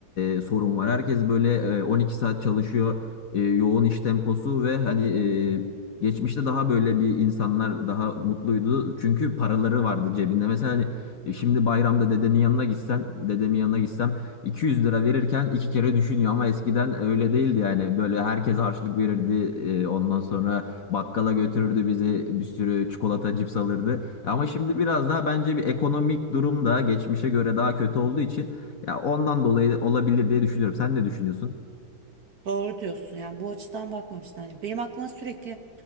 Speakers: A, on the left; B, on the right.
A: e, sorun var. Herkes böyle e, 12 saat çalışıyor, e, yoğun iş temposu ve hani e, geçmişte daha böyle bir insanlar daha mutluydu. Çünkü paraları vardı cebinde. Mesela hani şimdi bayramda dedenin yanına gitsen, dedemin yanına gitsem 200 lira verirken iki kere düşünüyor ama eskiden öyle değildi yani. Böyle herkes harçlık verirdi. e, Ondan sonra bakkala götürürdü bizi. Bir sürü çikolata, cips alırdı. Ama şimdi biraz daha bence bir ekonomik durum da geçmişe göre daha kötü olduğu için ya ondan dolayı olabilir diye düşünüyorum. Sen ne düşünüyorsun?
B: Doğru diyorsun. Yani bu açıdan bakmamıştım. Hani benim aklıma sürekli